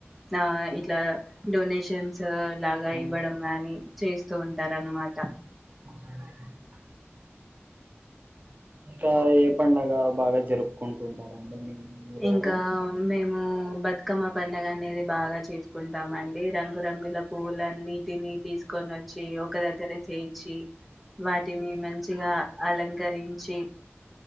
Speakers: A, in the centre; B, on the right.
A: కు ఆ ఇట్లా డొనేషన్స్ లాగా
B: అవును
A: ఇవ్వడం గాని చేస్తూ ఉంటారు అన్నమాట
B: స ఇంకా ఏ పండగ బాగా జరుపు కొంటుందరండీ మీ ఏరియాలో
A: ఇంకామేం మా బతుకమ్మ పండుగ అనేది బాగా చేసుకుంటామ అండి రంగురంగుల పువుల్లన్నీ దిన్ని తీసుకొని వచ్చి ఓ ఒక దగ్గర చేర్చి వాటిని మంచిగా అలంకరించి